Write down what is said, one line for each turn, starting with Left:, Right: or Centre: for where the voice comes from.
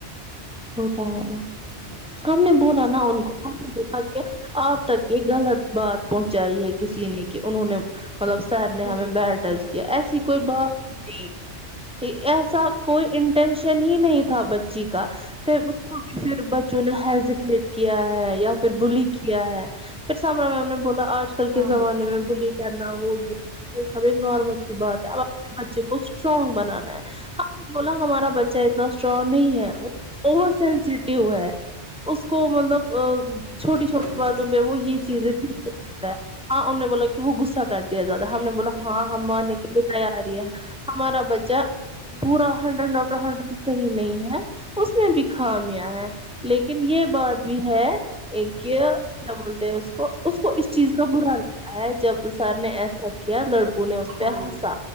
Centre: ہوتا ہے نا
Right: ورنہ
Centre: ہم
Right: کیا
Centre: نے بولا نا ان کو ہم نے بولا کہ آپ تک یہ غلط بات پہنچائی ہے کسی نے کہ انہوں نے مطلب سر نے
Right: گئی
Centre: ہمیں بیٹ
Right: نہیں
Centre: ٹچ
Right: ہاں
Centre: کیا ایسی کوئی بات بھی نہیں تھی اے کوئی انٹینشن ہی نہیں تھا بچی کا پھر اس کو بھی پھر بچوں نے ہیزیٹیٹ کیا ہے یا پھر بلی کیا ہے پھرسامرا میم نے بولا آج کل
Right: ہاں
Centre: کے زمانے میں بلی کرنا وہ بھی یہ سب نارمل سی بات ہے اب اپنے بچے کو اسٹرانگ بنانا ہے ہم بولا ہمارا بچہ اتنا اسٹرانگ نہیں ہے وہ اوور سینسٹیو ہے اس کو مطلب چھوٹی چھوٹی
Right: ہاں
Centre: باتوں پہ وہ یہ چیزیں <unintelligible> ہاں ان نے بولاکیوں غصہ کرتی ہے زیادہ ہم نے بولا ہاں ہم مان لیتے ہے کے لیے تیاری ہے ہمارا بچہ پورا ہنڈریڈ ڈاکٹر ہنڈریڈ صحیح نہیں ہے اس میں بھی خامیاں ہے لیکن یہ بات بھی ہے ایک کہ کیا بولتے ہیں اس کو اس کو اس چیز کا برا لگتا ہے جب سر نے ایسا کیا لڑک تونے اس پہ
Right: ہاں
Centre: ہنسا